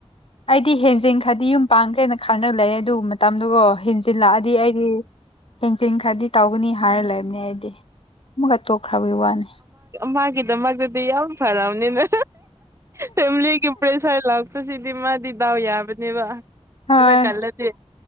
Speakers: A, on the left; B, on the right.
A: ꯑꯩꯗꯤ ꯍꯦꯟꯖꯤꯜ ꯈꯔꯗꯤ ꯌꯨꯝ ꯄꯥꯡꯈ꯭ꯔꯦꯅ ꯈꯪꯅ ꯂꯩꯌꯦ ꯑꯗꯨ ꯃꯇꯝꯗꯨꯒꯣ ꯍꯦꯟ ꯇꯤꯜꯂꯛꯑꯗꯤ ꯑꯩꯗꯤ ꯍꯦꯟꯖꯤꯟꯈ꯭ꯔꯗꯤ ꯇꯧꯒꯅꯤ ꯍꯥꯏꯔ ꯂꯩꯕꯅꯦ ꯑꯩꯗꯤ ꯑꯃꯒ ꯇꯣꯛꯈ꯭ꯔꯕꯒꯤ ꯋꯥꯅꯤ
B: ꯃꯥꯒꯤꯗꯃꯛꯇꯗꯤ ꯌꯥꯝ ꯐꯔꯕꯅꯤꯅ ꯐꯦꯃꯤꯂꯤꯒꯤ ꯄ꯭ꯔꯦꯁꯔ ꯂꯛ ꯁꯤꯗꯤ ꯃꯥꯗꯤ ꯗꯥꯎ ꯌꯥꯕꯅꯦꯕ
A: ꯍꯣꯏ
B: ꯍꯂ ꯀꯂꯗꯤ